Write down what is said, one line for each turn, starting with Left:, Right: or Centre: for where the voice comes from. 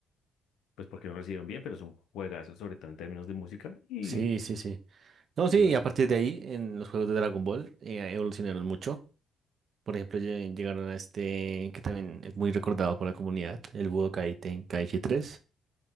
Left: pues porque no lo hicieron bien, pero es un juegazo, sobre todo en términos de música y,
Right: Sí, sí, sí. No,
Left: y
Right: sí,
Left: bu-
Right: y a partir de ahí, en los juegos de Dragon Ball, eh, evolucionaron mucho. Por ejemplo, lle- llegaron a este que también es muy recordado por la comunidad, el Budokai Tenkaichi tres